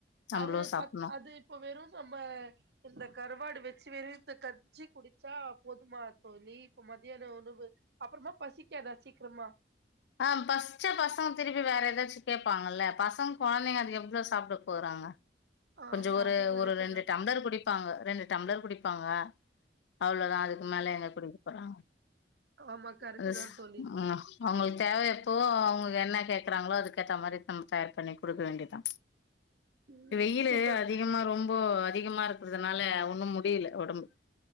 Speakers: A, on the left; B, on the right.
A: நம்மளு
B: அது
A: சாப்டணு
B: பத் அது இப்ப வெறு நம்ம இந்த கருவாடு வெச்சு வெறு இந்த க ஞ்சி குடிச்சா போதுமா தோழி இப்ப மதியான உணவு அப்றமா பசிக்காதா சீக்ரமா
A: ஆ பசிச்சா பசங்க திருப்பி வேற எதாச்சு கேப்பாங்கல்ல பசங் கொழந்தைங்க அது எவ்ளோ சாப்ட போறாங்க
B: ஆமா
A: கொஞ்சொ ஒரு
B: அது கரெக்ட்
A: ஒரு ரெண்டு
B: தா
A: டம்ளர் குடி ப்பாங்க ரெண்டு டம்ளர் குடிப்பாங்க அவ்ளோதா அதுக்கு மேல எங்க குடிக்கப் போறாங்க
B: ஆமா கரெக்ட்
A: அது
B: தா தோழி
A: ஆ அவுங்களுக் தேவை அப்போ அவுங்களுக்கு என்ன கேக்குறாங்ளோ அதுக்கேத்த மாரி நம்ம தயார் பண்ணி குடுக்க வேண்டிதா
B: ம்
A: வெயிலு
B: சூப்பர்
A: அதிகமா ரொம்ப அதிகமா இருக்கறதுனால ஒன்னும் முடியில ஒடம்பு